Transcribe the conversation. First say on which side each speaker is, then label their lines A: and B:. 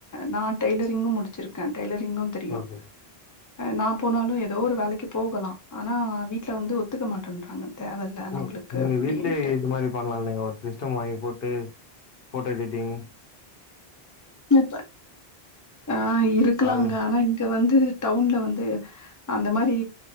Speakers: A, on the left; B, on the left.
A: நா டெய்லரிங்கும் முடிச்சிருக்கேன் டெய்லர் ரிங்கும் தெரியும்
B: ஓகே
A: நா போனாலும் ஏதோ ஒரு வேலைக்கு போகலாம் ஆனா வீட்டுல வந்து ஒத்துக்க மாட்டேன்றாங்க தேவல்ல
B: ம்
A: நம்மளுக்கு
B: உங்க
A: அப்டின்ட்டு.
B: வீட்லயே இது மாரி பண்ணலா இல்லைங்க ஒரு சிஸ்டம் வாங்கி போட்டு போட்டோ எடிட்டங்
A: இப்ப ஆஹ் இருக்கலாங்க
B: அது
A: ஆனா இங்க வந் து டவுன்ல வந்து அந்த மாரி